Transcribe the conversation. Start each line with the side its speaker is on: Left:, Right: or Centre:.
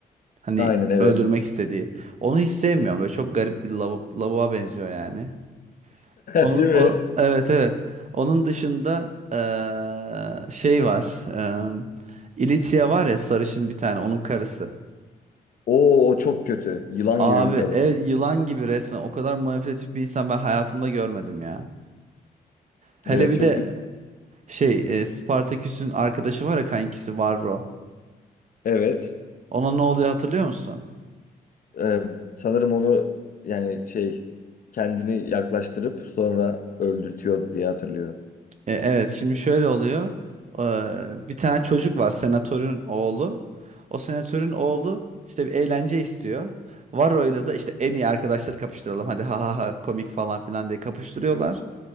Right: Hani
Left: Aynen evet.
Right: öldürmek istediği. Onu hiç sevmiyorum. Böyle çok garip bir lav lavuğa benziyor yani. Onun,
Left: <laughs> Değil mi?
Right: o- evet evet. Onun dışında eee, şey var. Eee İlitia var ya sarışın bir tane onun karısı.
Left: Oo, o çok kötü. Yılan
Right: Abi
Left: gibi bir kadın.
Right: evet yılan gibi resmen. O kadar manipülatif bir insan ben hayatımda görmedim ya. Hele
Left: Evet
Right: bir
Left: çok
Right: de
Left: gü-
Right: Şey e, Spartaküs'ün arkadaşı var ya kankisi Varro.
Left: Evet.
Right: Ona ne oluyor hatırlıyor musun?
Left: Ee, sanırım onu yani şey kendini yaklaştırıp sonra öldürtüyor diye hatırlıyorum.
Right: E, evet şimdi şöyle oluyor. Ee, bir tane çocuk var senatörün oğlu. O senatörün oğlu işte bir eğlence istiyor. Varro'yla da işte en iyi arkadaşları kapıştıralım. Hadi ha ha ha komik falan filan diye kapıştırıyorlar.